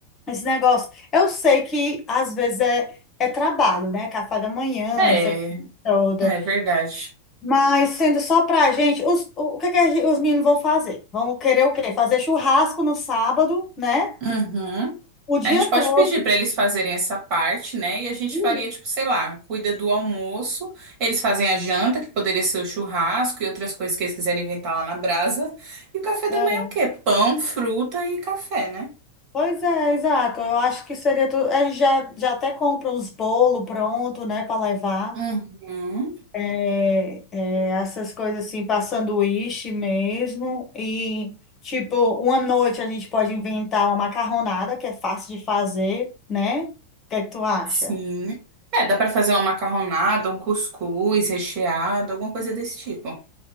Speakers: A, on the left; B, on the right.
A: esse negócio. Eu sei que às vezes é, é trabalho, né? Café da manhã,
B: É,
A: essa coisa toda.
B: é verdade.
A: Mas sendo só pra gente, os, o que é que a gen- os meninos vão fazer? Vão querer o quê? Fazer churrasco no sábado, né?
B: Uhum.
A: O dia
B: A gente pode
A: todo.
B: pedir para eles fazerem essa parte, né? E a gente
A: Hum,
B: faria, tipo, sei lá, cuida do almoço, eles fazem a janta, que poderia ser o churrasco e outras coisas que eles quiserem inventar lá na brasa. E o café da
A: é.
B: manhã é o quê? Pão, fruta e café, né?
A: Pois é, exato. Eu acho que seria tudo. Eles já, já até compram os bolos pronto, né, para levar.
B: Uhum.
A: É, é, essas coisas assim, para sanduíche mesmo. E, tipo, uma noite a gente pode inventar uma macarronada, que é fácil de fazer, né? O que é que tu acha?
B: Sim. É, dá para fazer uma macarronada, um cuscuz recheado, alguma coisa desse tipo.